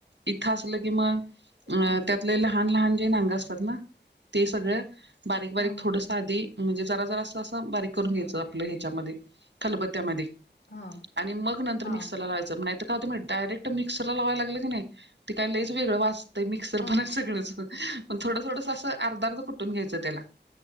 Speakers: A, on the right; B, on the left.
A: इथं असलं की मग अ
B: हां हां
A: त्यातले लहान-लहान जे नांग असतात ना ते सगळं बारीक-बारीक,
B: हां हां
A: थोडसं आधी म्हणजे जरा-जरा असं असं बारीक करून घ्यायचं, आपलं हे च्यामध्ये, खलबत्त्यामध्ये
B: हां,
A: आणि मग नंतर
B: हां,
A: मिक्सरला लावायचं, मग नाहीतर काय होतं मे डायरेक्ट मिक्सरला लावाय लागलं की नाही, ते काही लईच वेगळं वाजतंय, मिक्सर
B: हां.
A: पण सगळचं. मग थोडं-थोडंस असं आर्ध-आर्ध कुटून घ्यायचं त्याला.